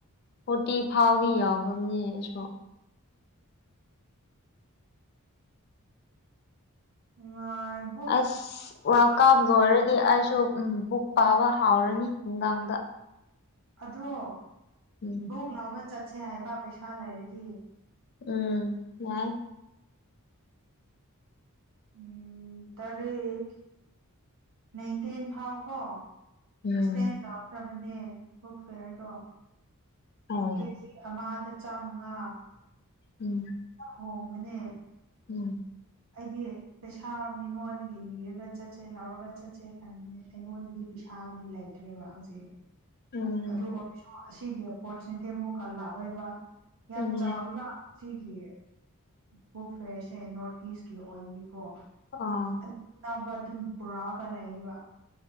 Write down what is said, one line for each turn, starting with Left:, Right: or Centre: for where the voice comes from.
Left: ꯐꯨꯔꯇꯤ ꯐꯥꯎꯗꯤ ꯌꯥꯎꯒꯕꯅꯤ ꯑꯩꯁꯨ
Right: ꯑ <unintelligible>
Left: ꯑꯁ ꯋꯥꯔꯜ ꯀꯥꯞ ꯂꯣꯏꯔꯗꯤ ꯑꯩꯁꯨ ꯕꯨꯛ ꯄꯥꯕ ꯍꯥꯎꯔꯅꯤ ꯅꯨꯡꯗꯥꯡꯗ
Right: ꯑꯗꯣ
Left: ꯎꯝ
Right: ꯕꯨꯛ ꯂꯧꯕ ꯆꯠꯁꯦ ꯍꯥꯏꯕ ꯄꯩꯁꯥ ꯂꯩꯔꯤꯗꯤ
Left: ꯎꯝ ꯌꯥꯏ
Right: ꯎꯝ ꯇꯔꯦꯛ ꯅꯥꯏꯟꯇꯤꯟ ꯐꯥꯎ ꯀꯣ
Left: ꯎꯝ
Right: ꯑꯦꯛꯁꯇꯦꯟ ꯇꯧꯈ꯭ꯔꯕꯅꯦ ꯕꯨꯛ ꯐꯤꯌꯥꯔꯗꯣ
Left: ꯍꯣꯏ
Right: ꯀꯦꯖꯤ ꯑꯃꯥꯗ ꯆꯥꯝꯃꯉꯥ
Left: ꯎꯝ
Right: ꯍꯣꯡꯕꯅꯦ
Left: ꯎꯝ
Right: ꯑꯩꯗꯤ ꯄꯩꯁꯥ ꯃꯤꯉꯣꯟꯗꯒꯤ ꯅꯤꯔꯒ ꯆꯠꯁꯦ ꯂꯥꯎꯔꯒ ꯆꯠꯁꯦ ꯈꯟꯕꯅꯦ ꯑꯩꯉꯣꯟꯗꯗꯤ ꯄꯩꯁꯥꯕꯨꯗꯤ ꯂꯩ ꯇ꯭ꯔꯦꯕ ꯍꯧꯖꯤꯛ
Left: ꯎꯝ
Right: ꯑꯗꯨ ꯑꯣꯏꯔꯁꯨ ꯑꯁꯤꯒꯤ ꯑꯣꯄꯣꯁꯤꯒꯗꯤ ꯑꯃꯨꯛꯀ ꯂꯥꯛꯑꯣꯏꯕ ꯌꯥꯝ
Left: ꯎꯝ
Right: ꯆꯥꯎꯋꯦꯕ ꯁꯤꯒꯤ ꯕꯨꯛ ꯐꯦꯌꯔꯁꯦ ꯅꯣꯔꯠ ꯏꯁ ꯀꯤ ꯑꯣꯏꯕꯅꯤꯀꯣ
Left: ꯑ
Right: ꯑ ꯑꯅꯝꯕ ꯑꯗꯨꯝ ꯄꯨꯔꯛꯑꯒ ꯂꯩꯌꯦꯕ